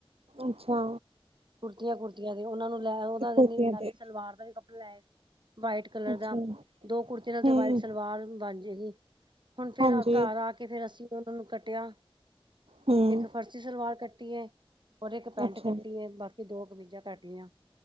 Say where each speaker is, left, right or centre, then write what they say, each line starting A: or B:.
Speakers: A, on the right (about 80°); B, on the right (about 50°).
A: ਅੱਛਾ।
B: ਕੁਰਤੀਆਂ-ਕੁੁਰਤੀਆਂ ਦੇ। ਓਨਾਂ ਨੂੰ ਲੈ ਓਨਾਂ
A: ਕੁੁਰਤੀਆਂ
B: ਦੇ ਨੀ ਨਾਲੇ
A: ਤੇ
B: ਸਲਵਾਰ ਦਾ ਵੀ ਕੱਪੜਾ ਲੈ ਏ ਵਾਈਟ ਕਲਰ
A: ਅੱਛਾ
B: ਦਾ। ਦੋ ਕੁੜਤੀ ਨਾਲ ਤੇ
A: ਹੂੰ
B: ਵਾਈਟ ਸਲਵਾਰ ਬਨ ਜੇਗੀ। ਹੁਨ ਫੇਰ
A: ਹਾਂਜੀ
B: ਆ ਘਰ ਆ ਕੇ ਫੇਰ ਅਸੀ ਫੇਰ ਓਨਾਂ ਨੂੰ ਕੱਟਿਆ।
A: ਹੂੰ
B: ਇੱਕ ਫਰਸੀ ਸਲਵਾਰ ਕੱਟੀ ਏ ਔਰ ਇੱਕ ਪੈਂਟ
A: ਅੱਛਾ
B: ਕੱਟੀ ਏ, ਬਾ ਕੀ ਦੋ ਕਮੀਜਾਂ ਕੱਟ ਲਈਆਂ,